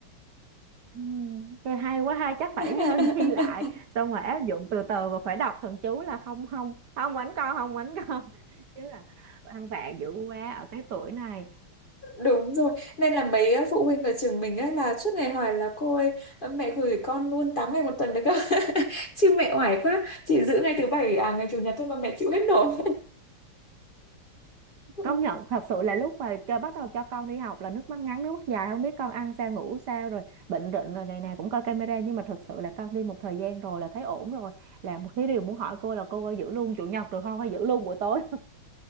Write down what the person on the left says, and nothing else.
<laughs>
Đúng rồi, nên là mấy ờ, phụ huynh ở trường mình á là suốt ngày hỏi là cô ơi, ờ, mẹ gửi con luôn 8 ngày một tuần được không? <laughs> Chứ mẹ oải quá, chỉ giữ ngày thứ bảy à ngày chủ nhật thôi mà mẹ chịu hết nổi. <laughs>